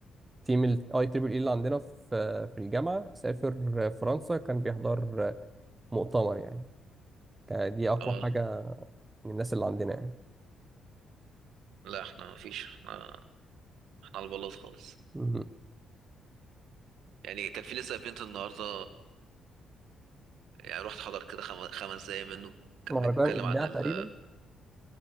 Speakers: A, on the right; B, on the right.
A: الاي تريبل اي اللي عندنا في في الجامعه سافر فرنسا كان بيحضر مؤتمر يعني كان دي اقوى
B: اه
A: حاجه من الناس اللي عندنا يعني
B: لا احنا ما فيش احنا احنا على البلاط خالص
A: مهم.
B: يعني كان في لسه ايفنت النهارده يعني رحت حضر كده خم- خمس دقايق منه كان
A: مهرجان
B: بيتكلم
A: ابداع
B: عن ال
A: تقريبا